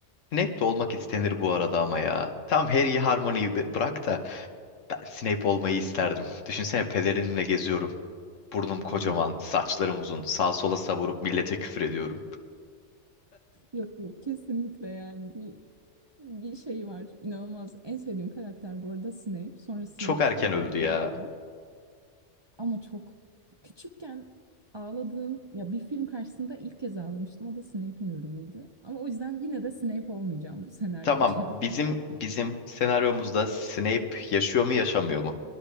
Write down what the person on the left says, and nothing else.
Snape de olmak istenir bu arada ama ya. Tam Harry'i Harmony'yi bi- bırak da ben Snape olmayı isterdim. Düşünsene pelerinimle geziyorum. Burnum kocaman,
saçlarım uzun. Sağa sola savurup millete küfür ediyorum.
Çok erken
öldü ya.
Tamam,
bizim bizim senaryomuzda Snape yaşıyor mu yaşamıyor mu?